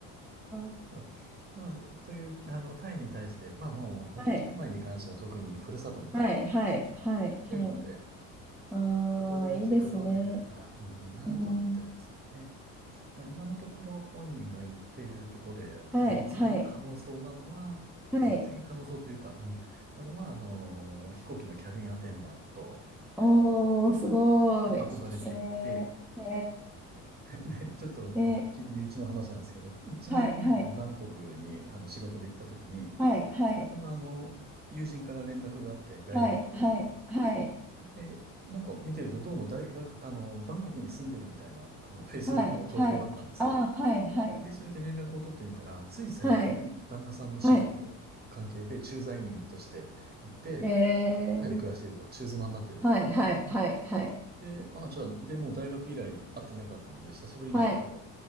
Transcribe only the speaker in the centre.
あ、
はい。はい、はい、はい、
はい。ああ、
いいですね。
うん。
はい、
はい、はい。
おー、すごい。
えー、え
ー、え
ー、はい、はい、はい、はい、
はい、はい、はい、
はい、
はい、あー、はい、はい、
はい、
はい、えー、
はい、はい、はい、はい、
はい、